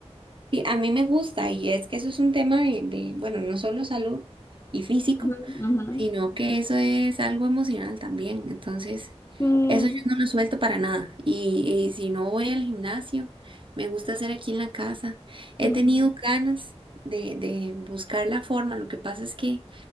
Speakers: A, on the right (about 50°); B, on the left (about 25°).
A: Y a mí me gusta y es que eso es un tema de, de, bueno, no solo salud y físico.
B: Ujú, ujú.
A: sino que eso es algo emocional también. Entonces,
B: Sí,
A: eso yo no lo suelto para nada. Y, y si no voy al gimnasio, me gusta hacer aquí en la casa.
B: ujú.
A: He tenido ganas de, de buscar la forma. Lo que pasa es que